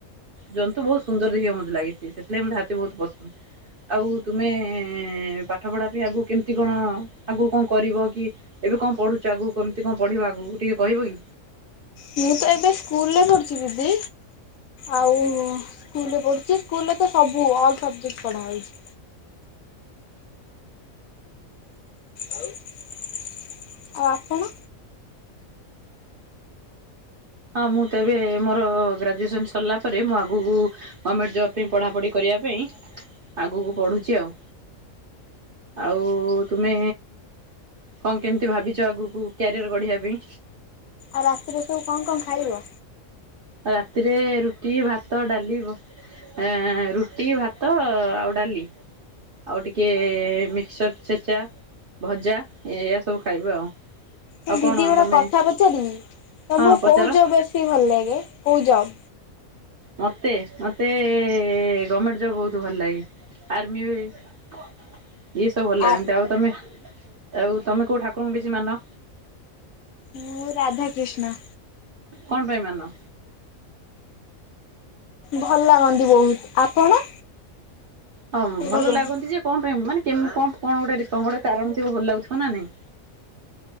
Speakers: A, on the right; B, on the left.
A: ଜନ୍ତୁ ବହୁତ ସୁନ୍ଦର ଦେଖିବ ମୋତେ ଲାଗିଛି ସେଥିଲାଗି ମୋତେ ହାତୀ ବହୁତ ପସ ଆଉ ତୁମେ ପାଠ ପଢା ପାଇଁ ଆଗକୁ କେମିତି କଣ? ଆଗକୁ କଣ କରିବ କି ଏବେ କଣ ପଢୁଛ ଆଗକୁ କେମିତି କଣ ପଢିବା ଆଗକୁ ଟିକେ କହିବ କି?
B: ମୁଁ ତ ଏବେ ସ୍କୁଲରେ ପଢ଼ୁଛି ଦିଦି ଆଉ ସ୍କୁଲରେ ପଢୁଛି ସ୍କୁଲରେ ତ ସବୁ ଅଲ ସବଜେକ୍ଟ ପଢା ହଉଛି ଆଉ ଆପଣ?
A: ହଁ ମୁଁ ତେବେ ମୋର ଗ୍ରାଜୁଏସନ ସରିଲା ପରେ ମୁଁ ଆଗକୁ ଗମେଣ୍ଟ ଜବ ପାଇଁ ପଢାପଢି କରିବା ପାଇଁ ଆଗକୁ ପଢୁଛି ଆଉ ଆଉ ତୁମେ କଣ କେମିତି ଭାବିଛ ଆଗକୁ କ୍ୟାରିଅର ଗଢିବା ପାଇଁ
B: ଆଉ ରାତିରେ ସବୁ କଣ କଣ ଖାଇବ?
A: ଆଉ ରାତିରେ ରୁଟି, ଭାତ, ଡାଲି ବ ଏଁ ରୁଟି ଭାତ ଆଉ ଡାଲି ଆଉ ଟିକେ ମିକ୍ସଚର ଛେଚା। ଭଜା ଏଇୟଆ ସବୁ ଖାଇବି ଆଉ।
B: ମୁଁ
A: ଆଉ
B: ଦିଦି
A: କଣ
B: ଗୋଟେ
A: ତମେ
B: କଥା ପଚାରିବି ତମକୁ
A: ହଁ ପଚାର
B: କୋଉ ଜବ ବେଶୀ ଭଲ ଲାଗେ କୋଉ ଜବ?
A: ମତେ ମତେ ଗମେଣ୍ଟ ଜବ୍ ବହୁତ ଭଲ ଲାଗେ। ଆର୍ମି ଏଇ ସବ ଭଲ ଲାଗନ୍ତି।
B: ଆ
A: ଆଉ ତମେ ଆଉ ତମେ କୋଉ ଠାକୁରଙ୍କୁ ବେଶୀ ମାନ?
B: ମୁଁ ରାଧାକ୍ରିଷ୍ଣ।
A: କଣ ପାଇଁ ମାନ?
B: ଭଲ ଲାଗନ୍ତି ବହୁତ। ଆଉ ଆପଣ?
A: ହଁ
B: କୋଉ
A: ଭଲ
B: ଠାକୁରଙ୍କୁ
A: ଲାଗନ୍ତି ଯେ କଣ ପାଇଁ ମାନେ କେମ କଣ କଣ ଗୋଟେ କଣ ଗୋଟେ କାରଣ ଥିବ ଭଲ ଲାଗୁଥିବ ନା ନାଇଁ?